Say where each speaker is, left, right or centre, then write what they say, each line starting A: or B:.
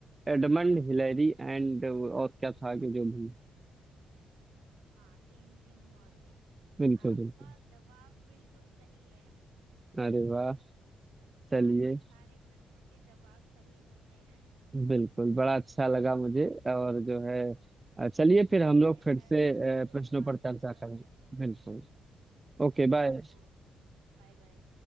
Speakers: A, on the right; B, on the right.
A: एडमंड हिलेरी एंड और क्या था कि जो भी
B: हाँ तेनजिंग नॉर्गे
A: बिल्कुल
B: आपका
A: बिल्कुल
B: जवाब बिल्कुल सही है
A: अरे वाह चलिए
B: आपके सारे प्रश्नों के जवाब सही होते हैं
A: बिल्कुल बड़ा अच्छा लगा मुझे और जो है
B: जी
A: अ, चलिए
B: ठीक
A: फिर हम लोग
B: है
A: फिर
B: मैं
A: से अ,
B: फिर
A: प्रश्नों
B: हम बाद
A: पर चर्चा
B: में बात
A: करें
B: करेंगे
A: बिल्कुल Okay
B: बिल्कुल
A: bye
B: ओके Bye bye